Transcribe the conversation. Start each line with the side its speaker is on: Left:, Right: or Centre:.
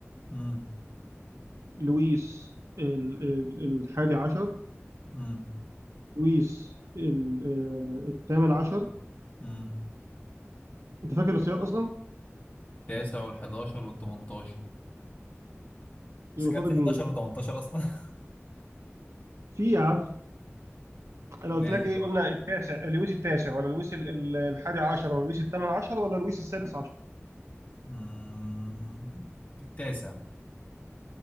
Left: مم،
Right: لويس ال- ال- الحادي عشر
Left: مم،
Right: لويس ال- آه، الثامن عشر
Left: مم.
Right: انت فاكر الاختيارات اصلا
Left: تاسع والحداشر والتمنتاشر
Right: يبقى
Left: بس كان
Right: فاضل
Left: في حداشر
Right: مين
Left: وتمنتاشر أصلا <laughs>
Right: في يا عم انا قلت
Left: ماشي
Right: لك ايه قلنا التاسع لويس التاسع ولا لويس ال- ال- الحادي عشر ولا لويس الثامن عشر ولا لويس السادس عشر
Left: مم، التاسع